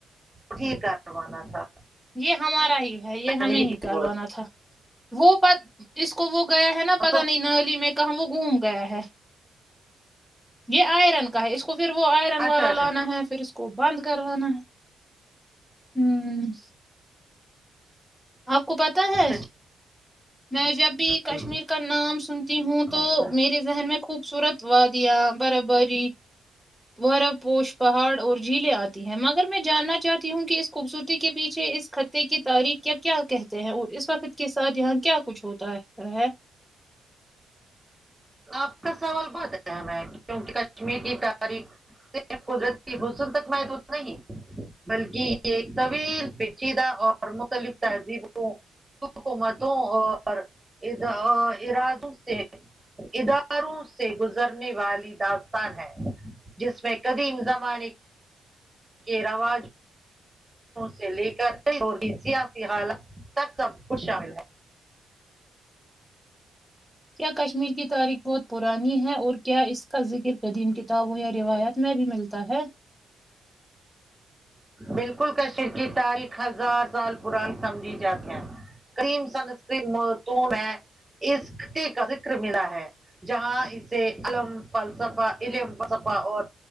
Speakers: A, on the right; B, in the centre.
A: ٹھیک کروانا تھا
B: یہ ہمارا ہی ہے یہ
A: میں
B: ہمیں
A: نے
B: ہی کروانا
A: بولا
B: تھا وہ بات اس کو وہ گیا ہے نا پتہ
A: تو
B: نہیں نالی میں کہاں وہ گم گیا ہے یہ آئرن کا ہے اس کو پھر وہ آئرن والا
A: اچھا اچھا
B: لانا ہے پھر اس کو کو بند کروانا ہے ہ آپ کو پتا ہے
A: اچھا ٹھیک
B: میں جب بھی کشمیر
A: ٹھیک
B: کا نام سنتی ہوں تو
A: اچھا
B: میرے ذہن میں خوبصورت وادیاں برف باری برف پوش پہاڑ اور جھیلیں آتی ہیں مگ ر میں جاننا چاہتی ہوں کہ اس خوبصورتی کے پیچھے اس خطے کی تاریخ کیا کیا کہ تے ہیں اور اس وقت کے ساتھ یہاں کیا کچھ ہوتا رہتا ہے
A: آپ کا سوال بہت اچھا مہک کیوںکہ کشمیر کی تاریخ صرف قدرت کی حسن تک محدود نہیں بلکہ یہ ایک طویل پیچیدہ اور مختلف تہذیبوں حکومتوں اور اد ارادوں سے اداروں سے گزرنے والی داستان ہے جس میں قدیم زمانے کے رواج سے لے کر اور سیاسی حالت تک سب کچھ شامل ہے
B: کیا کشمیر کی تاریخ بہت پرانی ہے اور کیا اس کا ذکر قدیم کتابوں یا روایات میں بھی ملتا ہے
A: بالکل کشیر کی تاریخ ہزار سال پرانی سمجھی جات ہے کریم سن اسکم متون ہے اسک کا ذکر ملا ہے جہاں اسے الم فلسفا علم فسفا اور